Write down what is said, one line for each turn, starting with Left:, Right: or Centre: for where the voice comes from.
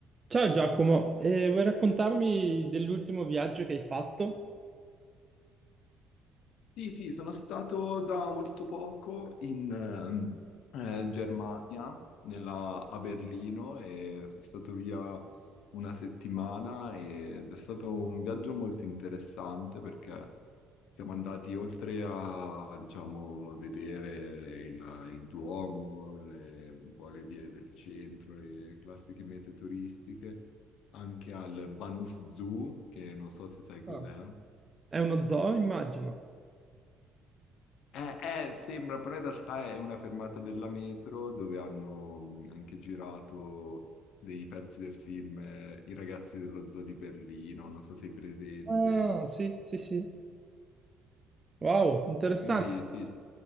Right: Ciao Giacomo, eh, vuoi raccontarmi dell'ultimo viaggio che hai fatto?
Left: Sì, sì, sono stato da molto poco in ehm, eh, Germania, nella- a Berlino, e sono stato via una settimana ed è stato un viaggio molto interessante perché siamo andati oltre a, diciamo, vedere il, il Duomo, le- un po' le vie del centro, le classiche mete turistiche, anche al Bahnhof Zoo, che non so se sai cos'è.
Right: Ah, È uno zoo, immagino.
Left: Eh, eh, sembra, però in realtà è una fermata della metro dove hanno mh, anche girato dei pezzi del film eh, I ragazzi dello zoo di Berlino, non so se sei presente.
Right: Ah, sì, sì, sì. Wow, interessante,
Left: Quindi sì,